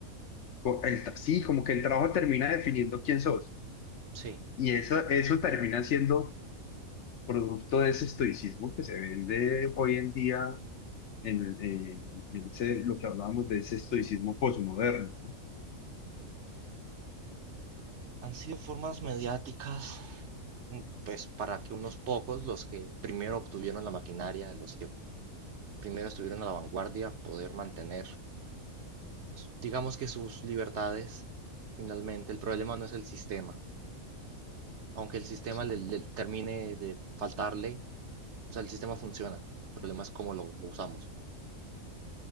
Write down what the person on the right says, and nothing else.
Sí,
han sido formas mediáticas, mm, pues para que unos pocos, los que primero obtuvieron la maquinaria, los que primero estuvieron a la vanguardia, poder mantener, s- digamos que sus libertades. Finalmente, el problema no es el sistema, aunque el sistema
le, le termine de faltarle, o sea, el sistema funciona. El problema es cómo lo lo usamos.